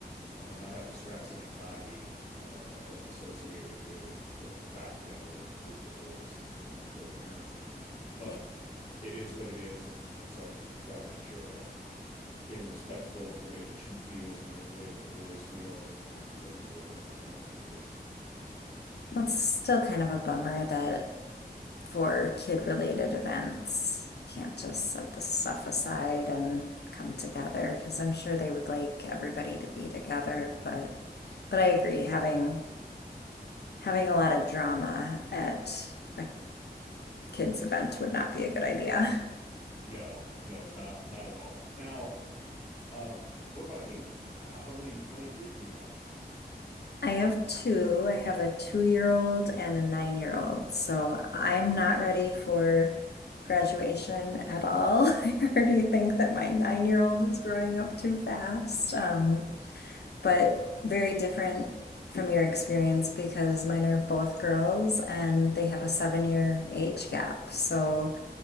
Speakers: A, on the left; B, on the left.
A: uh, not have the stress and anxiety uh, associated with the fact that we're we're divorced uh, and co-parenting. But
B: Yeah.
A: it is what it is, and and so I try to make sure that I'm being respectful of the way that she feels and the, the way that the boys feel and and certainly the way that my current wife feels.
B: Well, it's still kind of a bummer that for kid-related events, you can't just set this stuff aside and come together because I'm sure they would like everybody to be together, but but I agree having having a lot of drama at a kid's event would not be a good idea.
A: No, no, not not at all. Now, um, what about you? H- how many how many kids do you have?
B: I have two. I have a two-year-old and a nine-year-old. So I'm not ready for graduation at all. <laughs> I already think that my nine-year-old is growing up too fast. Um, but very different from your experience because mine are both girls and they have a seven-year age gap. So